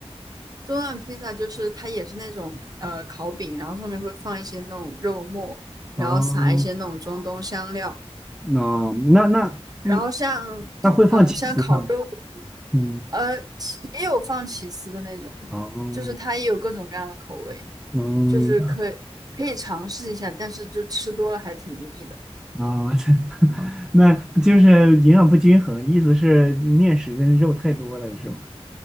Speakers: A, on the right (about 35°); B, in the centre.
A: 中段披萨就是它也是那种呃烤饼，然后上面会放一些那种肉末，然后撒一些那种中东香料，
B: 啊？那那那嗯，
A: 然后像嗯、
B: 那会放起司吗？
A: 呃像烤肉，
B: 嗯，
A: 呃起也有放起司的那种，
B: 哦，
A: 就是它也有各种各样的口味，
B: 嗯
A: 就是可以可以尝试一下，但是就吃多了还挺腻的。
B: 啊，<laughs> 那就是营养不均衡，意思是面食跟肉太多了是吗？